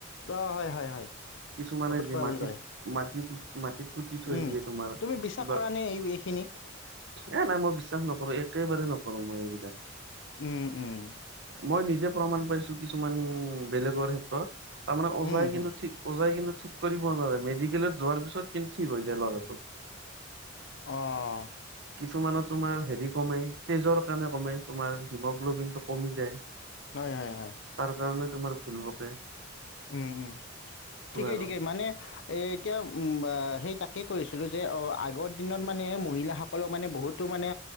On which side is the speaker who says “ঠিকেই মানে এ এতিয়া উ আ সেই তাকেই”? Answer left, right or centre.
Left